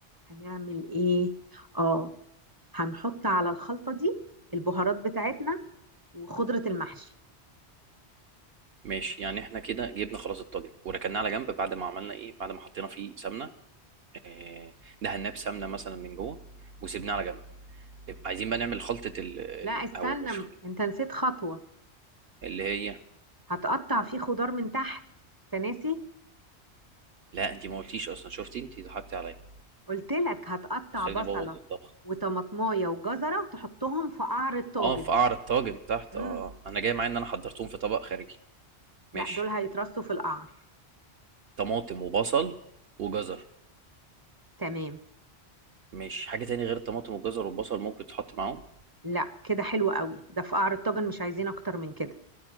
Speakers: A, on the right; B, on the right.
A: هنعمل ايه اه هنحط على الخلطة دي البهارات بتاعتنا وخضرة المحشي
B: ماشي يعني احنا كده جبنا خلاص الطاجن وركناه على جنب بعد ما عملنا ايه بعد ما حطينا فيه سمنة آه، دهناه بسمنة مثلا من جوه وسيبناه على جنب طيب، عايزين بقى نعمل خلطة ال... ال-
A: لا استنى
B: او مش
A: م-
B: خلطة،
A: انت نسيت خطوة
B: اللي هي
A: هتقطع فيه خضار من تحت انت ناسي
B: لا انت ما قلتيش اصلا شفتي انت ضحكتي عليا
A: قلت لك هتقطع
B: هتخليني
A: بصلة
B: ابوظ الطبخ
A: وطماطماية وجزرة تحطهم في قعر الطاجن
B: اه في قعر الطاجن تحت
A: امم
B: اه اه انا جاي معايا ان انا حضرتهم في طبق خارجي
A: لا
B: ماشي
A: دول هيترصوا في القعر
B: طماطم وبصل وجزر
A: تمام
B: ماشي حاجه تاني غير الطماطم والجزر والبصل ممكن يتحط معاهم
A: لا كده حلو قوي ده في قعر الطاجن مش عايزين اكتر من كده